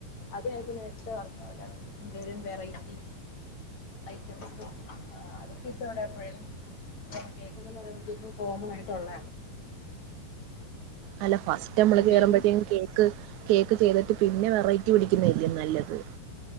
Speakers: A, on the left; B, on the right.
A: അതാ ഇപ്പോ നേത്തെ പറഞ്ഞ പോലെ എന്തേലും വെറൈറ്റി ഐറ്റസ്അതൊക്കെ ഇത്ത എവിടെ എപ്പോഴാലും <unintelligible> കേക്കൊക്ക പറയാൻ വേണ്ടൊക്ക കോമ ആയിട്ടള്ള
B: അല്ല ഫസ്റ്റ് നമ്മള്
A: എന്തേലും
B: കേറുമ്പത്തേുകും കേക്ക് കേക്ക് ചെയ്തിട്ട് പിന്നെ വെറൈറ്റി പിടിക്കുന്നല്ലേ നല്ലത്